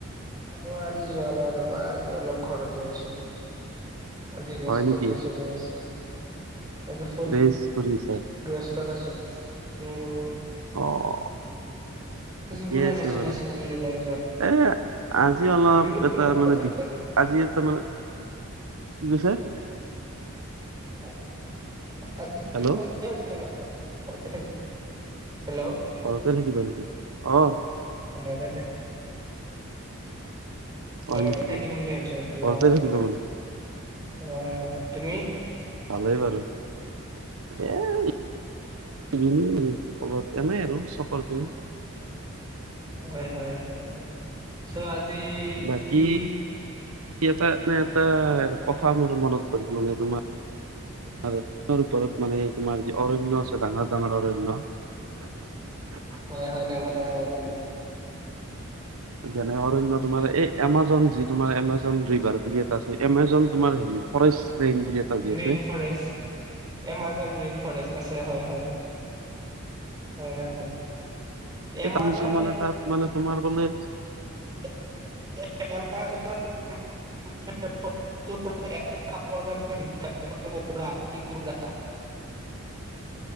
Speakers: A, on the right; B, on the right.
A: অ, আজি যোৱা নাই ৰবা আজি অলপ ঘৰতে হৈ আছো। আজি ৰেষ্ট
B: হয় নেকি
A: কৰি আছো ৰেষ্ট। আজি ফোন
B: ৰেষ্ট কৰি আছা
A: ৰেষ্টত আছো উ।
B: অ
A: আজি
B: ঠিকে
A: পুৰা ৰেষ্ট
B: বাৰু
A: আছে <unintelligible>
B: এ, আজি অলপ
A: ইভিনিং
B: এটা মানে আজি এটা মানে কি কৈছে?
A: <unintelligible>
B: হেল্ল'
A: সন্ধিয়া হ'ল নে নাই? <unintelligible> হেল্ল'।
B: ঘৰতে থাকিব নেকি অ
A: <inaudible>
B: হয়
A: ঘৰতে
B: নেকি
A: থাকিম বুলি ভাবছো। আজি হয়-হয়-হয়
B: ঘৰতে থাকিব মানে
A: তুমি?
B: ভালেই বাৰু এ এনোই আৰু চফৰটো
A: হয়, হয়, হয়, হয়। চ' আজি
B: বাকী
A: কি
B: এটা মানে এটা কথা মোৰ মনত পৰি মানে তোমাৰ আৰু তাৰ ওপৰত মানে তোমাৰ যি অৰণয় আছে ডাঙৰ ডাঙৰ অৰণ্যয় <inaudible>
A: হয় হয় ডাঙৰ ডাঙৰ অৰণ্য।
B: যেনে অৰণ্য তোমাৰ এই এমাজন জি তোমাৰ এমাজন ৰিভাৰ বুলি এটা আছে, এমাজ তোমাৰ হেৰি ফৰেষ্ট ৰেইন বুলি এটা যি আছে
A: rain forest, Amazon rain forest আছে হয় হয়। হয় হয়। এমাজন
B: সামিছো মানে তাত মানে তোমাৰ বোলে
A: <unintelligible> সাপৰ কাৰণে বিখ্যাত তাকো cobra king cobra.
B: <inaudible>